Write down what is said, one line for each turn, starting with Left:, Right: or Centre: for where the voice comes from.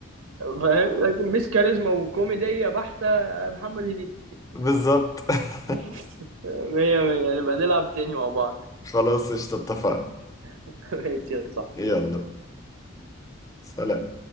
Right: فاهم لكن مش كاريزما وكوميديه بحته محمد هنيدي
Left: بالظبط <laughs>
Right: <laughs> مية مية نبقى نلعب تاني مع بعض
Left: خلاص قشطة اتفقنا
Right: <laughs> ماشي يا صاحبي
Left: يلا
Right: يلا.
Left: سلام